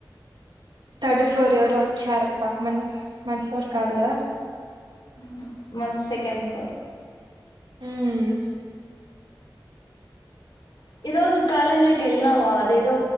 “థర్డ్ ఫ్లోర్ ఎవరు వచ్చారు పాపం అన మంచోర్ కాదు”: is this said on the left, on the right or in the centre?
Right